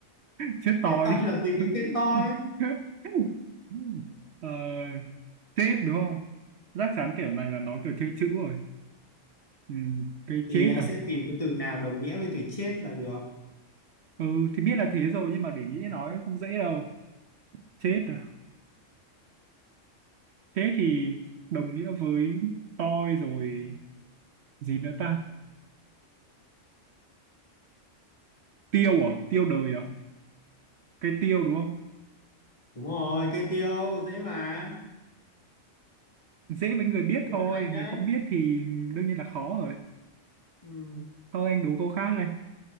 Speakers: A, on the right; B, on the left.
A: <laughs> chết
B: Cái
A: tôi
B: toi là gì cái
A: <laughs>
B: cây toi?
A: Ờ, chết đúng không chắc chắn kiểu này là nó kiểu chơi chữ rồi Ừm, cái
B: thì
A: chết
B: anh
A: à
B: sẽ tìm cái từ nào đồng nghĩa với từ chết là được
A: ừ thì biết là thế rồi nhưng mà để nghĩ nói không dễ đâu chết à chết thì đồng nghĩa với tôi rồi gì nữa ta tiêu à tiêu đời à cái tiêu đúng không
B: đúng rồi cây tiêu dễ mà
A: dễ với người biết
B: dễ
A: thôi
B: lượt anh đấy
A: người không biết thì đương nhiên là khó rồi
B: ừ,
A: thôi anh đố câu khác đây